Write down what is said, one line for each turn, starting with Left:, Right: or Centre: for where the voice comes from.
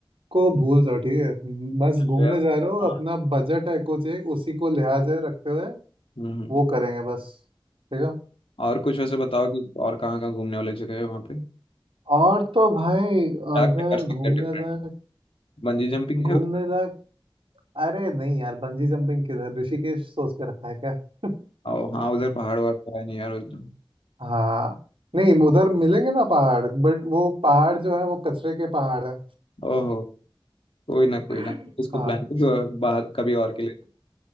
Right: को भूल जाओ ठीक है बस
Left: तो
Right: घूमने
Left: यार
Right: जा रहे हो
Left: हाँ
Right: अपना बजट है कुछ एक उसी को लिहाज में रखते हुए
Left: हम्म हम्म।
Right: वो करेंगे बस ठीक है
Left: और कुछ वैसे बताओ कि और कहाँ कहाँ घूमने वाली जगह है वहाँ पे
Right: और तो भाई अ,
Left: क्या
Right: इधर
Left: क्या कर सकते
Right: घूमने
Left: हैं डिफरेंट
Right: लायक
Left: बंजी जंपिंग
Right: घूमने
Left: है उधर?
Right: लायक अरे नहीं यार बंजी जंपिंग किधर ऋषिकेश सोच के रखा है क्या <laughs>
Left: ओ हाँ उधर पहाड़ वहाड़ तो है नहीं यार उधर।
Right: हाँ नहीं उधर मिलेंगे ना पहाड़ बट वो पहाड़ जो है वो कचरे के पहाड़ है
Left: ओहो कोई ना
Right: <laughs>
Left: कोई ना इसको
Right: हाँ
Left: प्लान तो बाहर कभी और के लिए